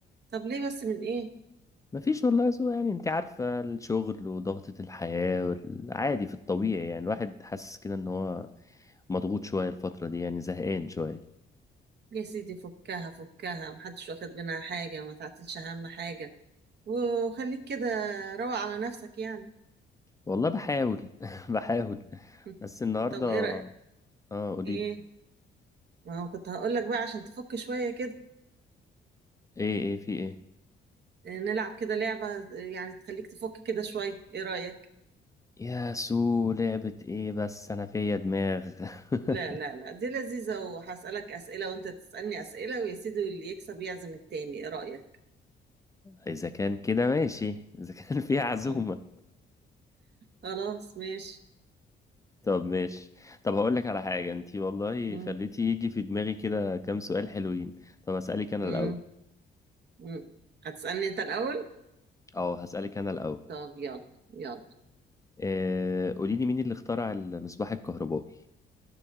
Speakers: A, on the right; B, on the left.
A: طب ليه بس من ايه
B: مفيش والله يا سو يعني انتي عارفة الشغل وضغطة الحياة والعادي في الطبيعي يعني الواحد حاسس كده ان هو مضغوط شوية الفترة دي يعني زهقان شوية
A: يا سيدي فكها فكها محدش واخد منها حاجه ما تعتلش اهم حاجه وخليك كده روق على نفسك يعني
B: والله بحاول <laughs> بحاول
A: <laughs>
B: بس النهاردة
A: طب ايه رايك
B: اه قوليلي
A: ايه ما هو كنت هقول لك بقى عشان تفك شويه كده
B: ايه ايه في ايه؟
A: نلعب كده لعبه يعني تخليك تفك كده شويه ايه رايك
B: يا سو لعبة ايه بس انا فيا دماغ <laughs>
A: لا لا لا دي لذيذة وهسألك أسئلة وأنت تسألني أسئلة ويا سيدي اللي يكسب يعزم التاني إيه رأيك؟
B: اذا كان كده ماشي اذا كان فيها عزومة
A: طيب. خلاص ماشي
B: طب ماشي طب هقول لك على حاجة انتي والله
A: مم.
B: خليتي يجي في دماغي كده كام سؤال حلوين طب هسألك انا
A: مم.
B: الأول
A: مم. هتسألني أنت الأول؟
B: اه هسألك انا الأول
A: طب يلا يلا
B: آه، قولي لي مين اللي اخترع المصباح الكهربائي